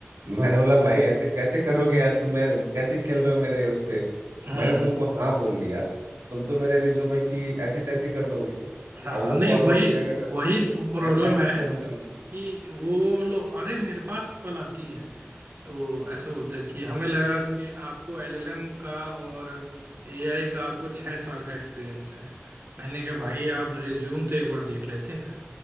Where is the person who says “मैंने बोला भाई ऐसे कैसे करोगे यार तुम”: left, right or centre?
Right